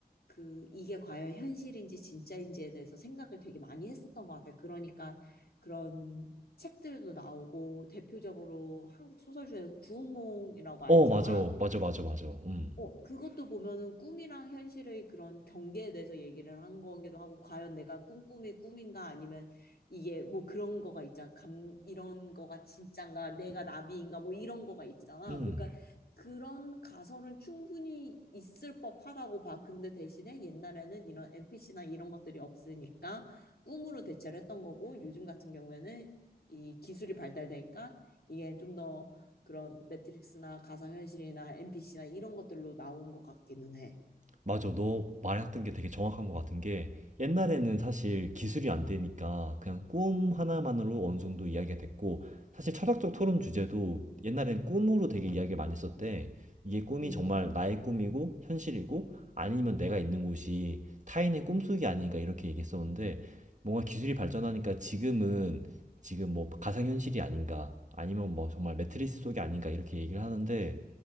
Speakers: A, on the left; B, on the right.
A: 그 이게 과연 현실인지 진짜인지에 대해서 생각을 되게 많이 했었던 것 같아요. 그러니까 그런 책들도 나오고 대표적으로 한국 소설중에 구운몽이라고 알잖아.
B: 어, 맞아. 맞아, 맞아, 맞아. 음.
A: 어, 그것도 보면은 꿈이랑 현실의 그런 경계에 대해서 얘기를 한 거기도 하고, 과연 내가 꾼 꿈이 꿈인가 아니면 이게 뭐 그런 거가 있잖아. 감, 이런 거가 진짠가, 내가 나비인가 뭐 이런 거가 있잖아.
B: 음.
A: 그러니까 그런 가설은 충분히 있을 법하다고 봐. 근데 대신에 옛날에는 이런 NPC나 이런 것들이 없으니까 꿈으로 대체를 했던 거고, 요즘 같은 경우에는 이 기술이 발달되니까 이게 좀더 그런 매트릭스나 가상현실이나 NPC나 이런 것들로 나온 것 같기는 해.
B: 맞아. 너 말했던 게 되게 정확한 것 같은 게 옛날에는 사실 기술이 안 되니까 그냥 꿈 하나만으로 어느 정도 이야기가 됐고 사실 철학적 토론 주제도 옛날엔 꿈으로 되게 이야기를 많이 했었대. 이게 꿈이
A: 음.
B: 정말 나의 꿈이고 현실이고 아니면 내가 있는 곳이 타인의 꿈속이 아닌가 이렇게 얘기했었는데 뭔가 기술이 발전하니까 지금은 지금 뭐 가상현실이 아닌가 아니면 뭐 정말 매트리스 속이 아닌가 이렇게 얘기를 하는데